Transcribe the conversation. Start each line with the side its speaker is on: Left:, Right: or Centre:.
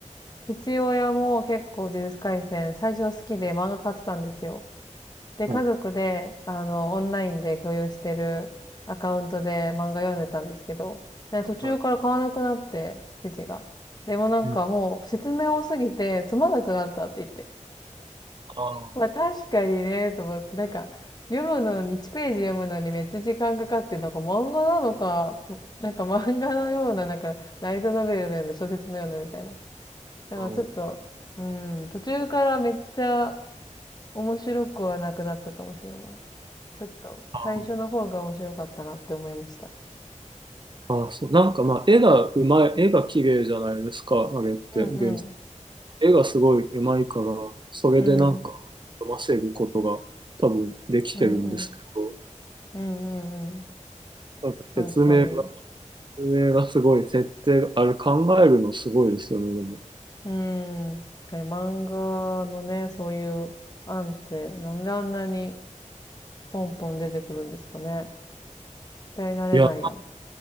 Left: 父親も結構呪術廻戦最初好きで漫画買ってたんですよ。で、家族で、
Right: は
Left: あの、オンラインで共有してるアカウントで漫画読んでたんですけど、ね途中から買わなくなって、
Right: い。はい。
Left: 父が。でもなんかもう説明多すぎてつまんなくなったって
Right: うん。あー
Left: まあ確かにね、と思って、なんか、読むのに、1ページ読むのにめっちゃ時間かかって、なんか漫画なのか、なんか漫画のような、なんか、ライトノベルのような、小説のようなみたいな。なんかちょっと、
Right: うん
Left: うん、途中からめっちゃ面白くはなくなったかもしれない。ちょっと、
Right: あー、
Left: 最初の方が面白かったなって思いました。
Right: あーそう、なんかまあ、絵がうまい、絵が綺麗じゃないですか、あれって、
Left: うんうん。
Right: 原絵がすごい上手いから、それでなんか読ませることが多分できてるんですけど、
Left: うん。うんうん。うんうんうん。
Right: なんか説明が、
Left: 確かに。
Right: 説明がすごい、設定が、あれ考えるのすごいですよね、でも。
Left: うーん。漫画のね、そういう案って、なんであんなにポンポン出てくるんですかね。絶対慣れないや。
Right: いや、